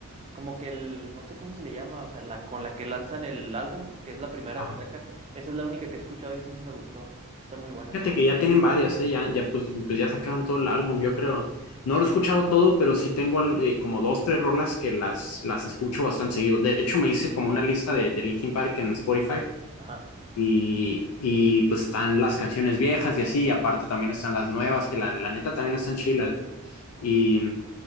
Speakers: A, on the right; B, on the left.
A: como que el, no sé cómo se le llama, o sea, la con la que lanzan el álbum, que es la primera
B: Ajá.
A: que sacan, esa es la única que he escuchado y sí, sí me gustó. Sí Está muy buena.
B: Fíjate que ya tienen varias, ¿eh? Ya, ya, pues, pues ya sacaron todo el álbum, yo creo. No lo he escuchado todo, pero sí tengo al- eh, como dos, tres rolas que las, las escucho bastante seguido. De hecho, me hice como una lista de, de Linkin Park en Spotify
A: Ajá.
B: Y, y, pues están las canciones viejas y así, y aparte también están las nuevas, que la, la neta también están chilas. güey. Y